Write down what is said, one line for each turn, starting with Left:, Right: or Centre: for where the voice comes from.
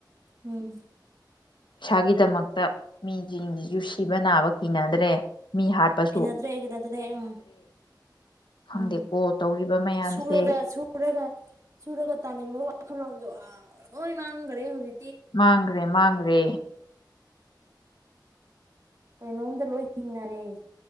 Right: ꯎꯝ
Left: ꯏꯁꯥꯒꯤꯗꯃꯛꯇ ꯃꯤꯁꯤꯡꯁꯤꯁꯨ ꯁꯤꯕ ꯅꯥꯕ ꯀꯤꯅꯗ꯭ꯔꯦ ꯃꯤ ꯍꯥꯠꯄꯁꯨ
Right: ꯀꯤꯅꯗ꯭ꯔꯦ ꯀꯤꯅꯗ꯭ꯔꯦ ꯎꯝ
Left: ꯈꯪꯗꯦꯀꯣ
Right: ꯎꯝ
Left: ꯇꯧꯔꯤꯕ ꯃꯌꯥꯝꯁꯦ
Right: ꯁꯨꯔꯒ ꯁꯨꯔꯒ ꯁꯨꯔꯒ ꯇꯥꯅꯤꯡꯕꯒꯤ ꯋꯥꯈꯜꯂꯣꯟꯗꯣ ꯑꯣꯏ ꯋꯥꯥꯡꯒꯔꯦ ꯍꯧꯖꯤ
Left: ꯃꯥꯥꯡꯒ꯭ꯔꯦ ꯃꯥꯥꯡꯒ ꯔꯦ
Right: ꯀꯩꯅꯣꯝꯇ ꯂꯣꯏ ꯍꯤꯡꯅꯔꯦ